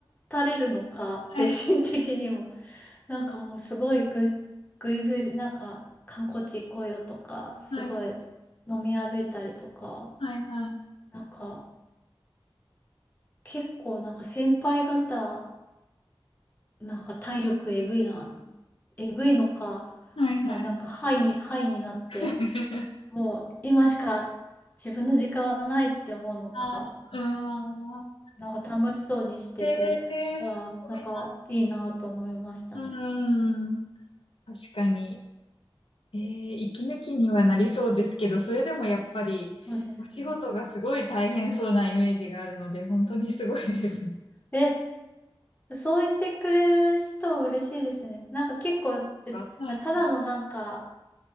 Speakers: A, on the left (about 20°); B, on the left (about 80°).
A: たれるのか、精神的にも。
B: はい
A: <laughs> なんかもうすごいぐい、ぐいぐい、なんか観光地行こうよとか、すごい
B: はい
A: 飲み歩いたりとか、
B: はいはい。
A: なんか結構なんか先輩方、なんか体力えぐいな、えぐいのか、
B: はいはい。
A: もうなんかハイに、ハイになって、
B: <laughs>
A: もう今しか自分の時間はないって思うのか、
B: ああ、うーん。
A: なんか楽しそうにしてて、
B: え
A: ああ、
B: ー、すごい
A: なんかいいなと思いましたね。
B: な。うーん。確かに。えー、息抜きにはなりそうですけど、それでもやっぱり、
A: そうですね。
B: お仕事がすごい大変そうなイメージがあるので、本当にすごいですね。
A: え、そう言ってくれる人嬉しいですね。なんか結構やっ
B: か。はい。
A: ぱ、ただのなんか、